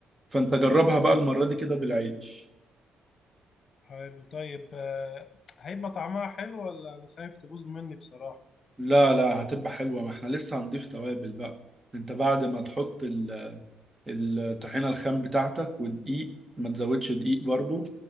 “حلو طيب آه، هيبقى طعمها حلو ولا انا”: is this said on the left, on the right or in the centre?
Left